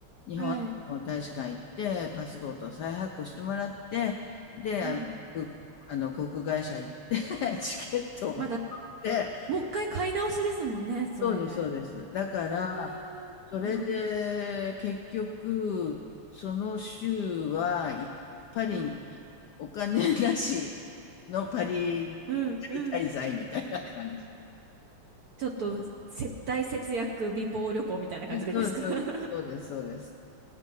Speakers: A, on the left (about 80°); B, on the right (about 65°).
A: 日本の大使館行って、
B: うん。はい。
A: パスポートを再発行してもらって、で、
B: はい。
A: あの、くあの航空会社行って、<laughs> チケットを持っ
B: まだ、
A: て、
B: もう一回買い直しですもんね、それ。
A: そうです、そうです。だから、
B: うわーうん
A: それで結局、その週はいパリに
B: はい。
A: お金なしのパリ、パ
B: うんうん。
A: リ滞在みたいな感じ。
B: ちょっとせ大節約貧乏旅行みたいな感じですか
A: そうです、そうです、
B: <laughs>
A: そうです。そうです